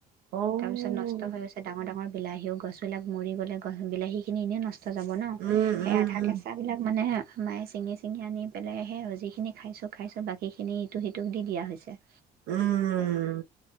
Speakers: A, on the right; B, on the right.
A: অ
B: তাৰ পিছত নষ্ট হৈ গৈছে ডাঙৰ, ডাঙৰ বিলাহীও গছ বিলাক মৰি গ'লে, গছ বিলাহীখিনি এনেও নচ যাব ন?
A: উম,
B: সেই
A: উম,
B: আধা
A: উম,
B: কেঁচাবিলাক মানে মায়ে চিঙি, চিঙি আনি পেলাইহে আৰু যিখিনি খাইছো, খাইছো বাকীখিনি ইটো সিটোক দি দিয়া হৈছে।
A: উম,